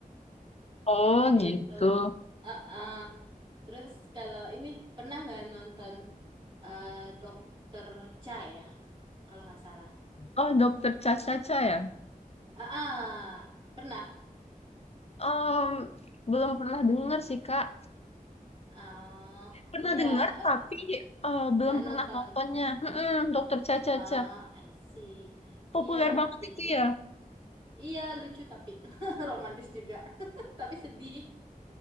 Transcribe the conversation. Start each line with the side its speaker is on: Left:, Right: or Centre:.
Left: oh
Right: Seperti
Left: gitu
Right: itu. Heeh. Terus kalau ini pernah nggak nonton eh, Dokter Cha ya, kalau nggak salah.
Left: oh dokter Caca-Caca ya
Right: ah pernah.
Left: Em, belum pernah dengar sih kak
Right: Oh,
Left: pernah
Right: iya,
Left: dengar
Right: eh,
Left: tapi eh, belum
Right: nggak nonton.
Left: pernah nontonnya mm dokter Caca-Caca
Right: Oh, I see.
Left: populer
Right: Iya,
Left: banget
Right: jadi
Left: itu ya
Right: iya lucu tapi <laughs> romantis juga, <laughs> tapi sedih.